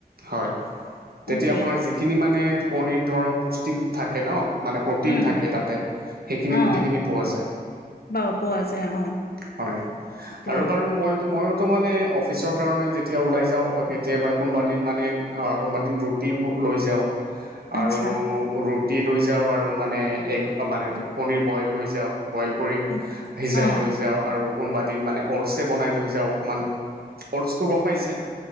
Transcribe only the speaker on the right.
হয়। তেতিয়া
আপোনাৰ যিখিনি মানে কণী দৰক পুষ্টিক থাকে ন! মানে প্ৰ'টিন
থাকে তাতে, সেইখিনি
গোটেইখিনি পৱা যায়।
হয়
আৰু বাৰু মইতো ময়োতো মানে অফিচৰ কাৰণে যেতিয়া ওলাই যাওঁ, কেতিয়াবা কোনোবাদিন মানে অ', কোনোবাদিন ৰুট টি বোৰ লৈ যাওঁ।
আৰু, ৰুটি লৈ যাওঁ আৰু মানে এগ, মানে কণী বইল লৈ যাওঁ। বইল কৰি
সিজাই লৈ যাওঁ। আৰু কোনোবা দিন মানে অ'টছ এ বনাই লৈ যাওঁ অকমান, অ'টছটো গম পাইছে?